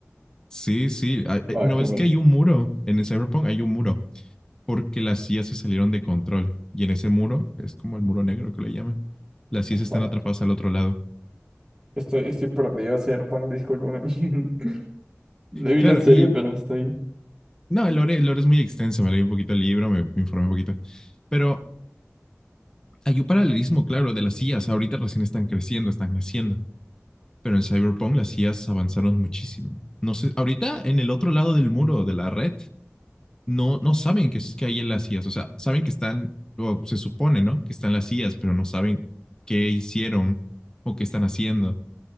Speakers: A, on the left (about 15°); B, on the right (about 15°).
A: Sí, sí.
B: Fuck,
A: No es
B: no me...
A: que hay un muro en el Cyberpunk, hay un muro porque las IA se salieron de control y en ese muro es como el muro negro que le llaman. Las IAs
B: Fuck.
A: están atrapadas al otro lado.
B: Estoy, estoy perdido, Serpunk, discúlpame. <laughs> No vi
A: Claro,
B: la serie,
A: y
B: pero estoy...
A: no, el lore, el lore es muy extenso. Me leí un poquito el libro, me, me informé un poquito, pero Hay un paralelismo claro de las IAs. Ahorita recién están creciendo, están naciendo. Pero en Cyberpunk las IAs avanzaron muchísimo. No sé, ahorita en el otro lado del muro de la red, no, no saben que, que hay en las IAs. O sea, saben que están, o se supone, ¿no? Que están las IAs, pero no saben qué hicieron o qué están haciendo.